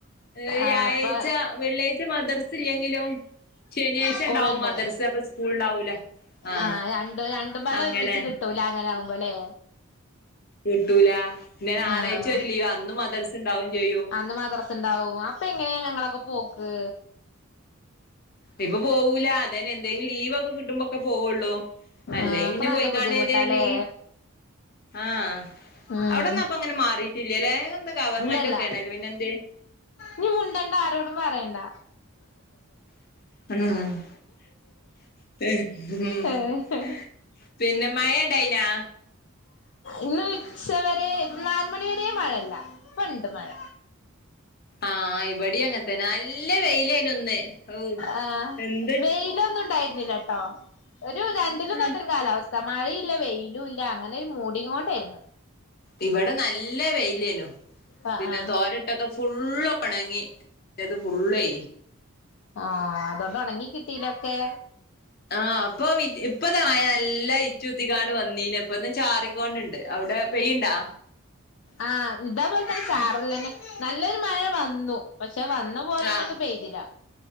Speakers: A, on the left (about 45°); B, on the left (about 60°).
A: ഏഹ് വ്യാഴാഴ്ച്ച,
B: ആഹ് അപ്പൊ
A: വെള്ളിയാഴ്ച മദ്രസ് ഇല്ലെങ്കിലും ശനിയാഴ്ച
B: സ്കൂളുണ്ട്
A: ഉണ്ടാവും മദ്രസേ അപ്പ സ്കൂളുണ്ടാവൂല ആ
B: ആഹ് രണ്ടും രണ്ടുംപാടെ
A: അങ്ങനെ.
B: <unintelligible> അങ്ങനെ ആകുമ്പലേ?
A: കിട്ടൂല പിന്ന ഞാറാഴ്ച്ച
B: ആഹ്
A: ഒരു ലീവ അന്ന് മദ്രസ ഉണ്ടാവും ചെയ്
B: അന്ന് മദ്രസ ണ്ടാവും അപ്പെങ്ങനെയാ ഞങ്ങളൊക്കെ പോക്ക്
A: ഇപ്പൊ പോവൂല അതേന് എന്തെലും ലീവൊക്കെ കിട്ടുമ്പോക്കെ പോവുള്ളൂ അല്ലേയ്
B: ആഹ് അപ്പൊ
A: പിന്നെ
B: നല്ല
A: പോയികാണേല്ലേനി
B: ബുദ്ധിമുട്ടാല്ലേ
A: ആഹ്
B: ഉം
A: അവിടൊന്നും അപ്പൊ അങ്ങനെ മാറിട്ടില്ലലേ എന്ത‌ ഗവർമെന്റ്
B: ഇല്ലല്ല
A: ഒക്കെ ആണല്ലേ പിന്നെ എന്തേ
B: ഇനി മുണ്ടണ്ട ആരോടും പറയണ്ട
A: <unintelligible> മ്
B: ഏഹ്
A: പിന്നെ മഴ ഇണ്ടായിനാ
B: ഇന്ന് ഉച്ചവരെ നാല് മണിവരെ മഴല്ല ഇപ്പണ്ട് മഴ
A: ആഹ് ഇവിടെ അങ്ങെൻതന്നെ നല്ല വെയിലാനു ഇന്ന്.
B: ആ വെയിലൊന്നും ഉണ്ടായിരുന്നില്ലട്ടോ ഒരു രണ്ടിലും
A: <unintelligible>
B: കെട്ടൊരു കാലാവസ്ഥ മഴയില്ല വെയിലുല് ല്ല അങ്ങനെ ഒരു മൂഡി കൊണ്ടെയിരുന്നു.
A: ഇവിടെ നല്ല വെയ് ലേയ്നു
B: ആ
A: പിന്നെ
B: ആ
A: തോരിട്ടതും ഫുള്ളോണങ്ങി <unintelligible> ഉള്ളെ
B: ആഹ് അതൊണ്ട് ഒണങ്ങി കിട്ടയിലൊ കെ
A: ആഹ് അപ്പം ഇപ്പത നല്ല ഇച്ചുത്തിക്കാണ്ട് വന്നീനെ ഇപ്പൊന്ന് ചാറിക്കോണ്ടിണ്ട് അവിടെ പെയുണ്ടാ
B: ആഹ് ഇതേപോലെ തന്നെ സാറലന്നെ നല്ലൊരു മഴ വന്നു പക്ഷെ വന്ന പോലെന്ന
A: ആഹ്
B: കൊണ്ട് പെയ്തില്ല